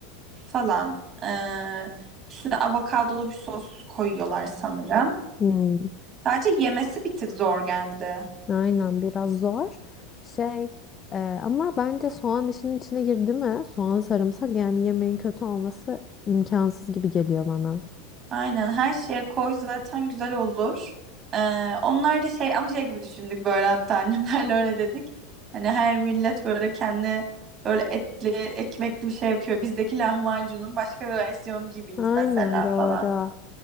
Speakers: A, on the right (about 35°); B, on the left (about 25°).
A: falan. Ee, üstüne avokadolu bir sos koyuyorlar sanırım.
B: Hmm,
A: Sadece yemesi bir tık zor geldi.
B: Aynen biraz zor. Şey e, ama bence soğan işinin içine girdi mi? Soğan sarımsak yani yemeğin kötü olması imkansız gibi geliyor bana.
A: Aynen her şeye koy zaten güzel olur. Ee, onlar da şey ama şey gibi düşündük böyle hatta <laughs> annemlerle öyle dedik. Hani her millet böyle kendi böyle etli ekmekli bir şey yapıyor. Bizdeki lahmacunun başka bir versiyonu gibiydi
B: Aynen
A: mesela
B: doğru.
A: falan.